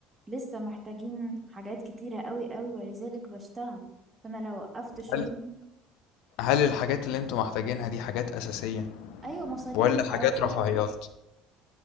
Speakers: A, on the right; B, on the left.
A: لسه محتاجين حاجات كتيرة قوي قوي ولذلك بشتغل فانا لو وقفت شغلي
B: هل هل الحاجات اللي انتوا محتاجينها دي حاجات أساسية
A: ايوه مصاريف
B: ولا
A: الاولاد
B: حاجات رفاهيات